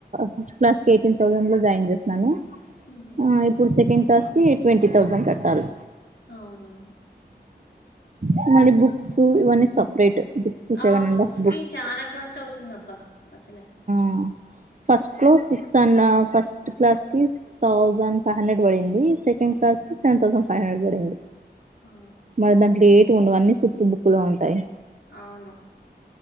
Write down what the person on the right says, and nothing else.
ఫస్ట్ క్లాస్ కి ఎయిటీన్ థౌసండ్ లో జాయిన్ ఏం జేస్తాను
ఆ ఇప్పుడు సెకండ్ క్లాస్ కి ట్వంటీ థౌసండ్ కట్టాలి.
ఆ మళ్ళీ బుక్స్ ఇవన్నీ సపరేట్ బుక్స్ సెవెన్
అండ్
హాఫ్
అ ఫస్ట్ సిక్స్ అన్నావ్, ఫస్ట్ క్లాస్ కి సిక్స్ థౌజండ్, ఫైవ్ హండ్రెడ్ పడింది. Second class seven thousand five hundred పడింది.
మరి దాంట్లో ఏటు ఉండవు అన్నీ సుతు బుక్కులు ఉంటాయి.